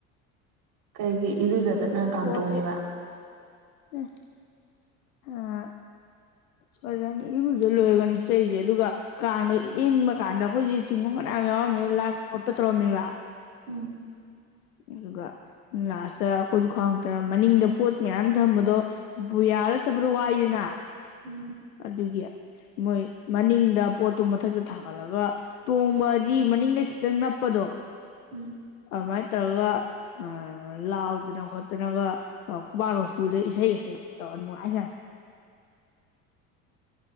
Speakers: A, on the right (about 55°); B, on the left (about 85°).
A: ꯀꯩꯒꯤ ꯏꯔꯨꯖꯗꯅ ꯀꯥꯡꯇꯣꯡꯉꯤꯕ
B: ꯑꯣꯖꯤ ꯎ ꯑꯥ ꯐꯖꯅ ꯏꯔꯨꯖ ꯂꯣꯏꯔꯒꯅꯤ ꯆꯠꯏꯖꯦ ꯑꯗꯨꯒꯥ ꯀꯥꯡꯗ ꯏꯟꯕ ꯀꯥꯟꯗ ꯈꯣꯏꯖꯦ ꯆꯤꯡꯕ ꯐꯅ꯭ꯌꯥꯝ ꯌꯥꯎꯔꯝꯃꯦꯕ ꯂꯥꯛꯄ ꯈꯣꯠꯄ ꯇꯧꯔꯝꯃꯦꯕ
A: ꯎꯝ
B: <inaudible> ꯑꯗꯨꯒ ꯂꯥꯁꯇ ꯑꯈꯣꯏꯖꯨ ꯈꯪꯉꯛꯇꯅ ꯃꯅꯤꯡꯗ ꯄꯣꯠ ꯃꯌꯥꯝ ꯊꯝꯕꯗꯣ ꯕꯨ ꯌꯥꯜꯂ ꯆꯠꯄꯗꯨ ꯋꯥꯏꯌꯦꯗꯅꯥ
A: ꯎꯝ
B: ꯑꯗꯨꯒꯤ ꯃꯣꯏ ꯃꯅꯤꯡꯗ ꯄꯣꯠꯇꯨ ꯃꯊꯛꯇ ꯊꯥꯡꯒꯠꯂꯒ ꯇꯣꯡꯕꯗꯤ ꯃꯅꯤꯡꯗ ꯈꯤꯇꯪ ꯅꯞꯄꯗꯣ
A: ꯎꯝ
B: ꯑꯗꯨꯃꯥꯏ ꯇꯧꯔꯒ ꯑ ꯂꯥꯎꯗꯅ ꯈꯣꯠꯇꯅꯒ ꯑꯩ ꯈꯨꯕꯥꯛꯀ ꯈꯨꯗꯅ ꯏꯁꯩꯒ ꯁꯛ ꯇꯧꯔ ꯅꯨꯡꯉꯥꯏꯖꯥꯠꯅꯤ